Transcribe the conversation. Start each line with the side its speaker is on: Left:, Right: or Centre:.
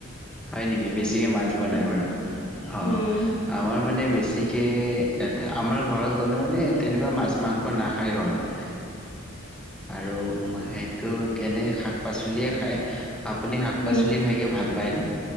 Centre: হয় নেকি বেছিকে মাছ বনাই
Left: উম,
Centre: বাৰু অ'
Left: উম,
Centre: আমাৰ মানে বেছিকে ইয়াতে আমাৰ ঘৰত গ'লে মানে তেনেকুৱা মাছ মাংস নাখায় ঘৰত।
Left: <inaudible>
Centre: আৰু সেইটো কেনে শাক পাচলিয়ে খায়। আপুনি শাক
Left: উম
Centre: পাচলি খাইকে ভাল পায়নে?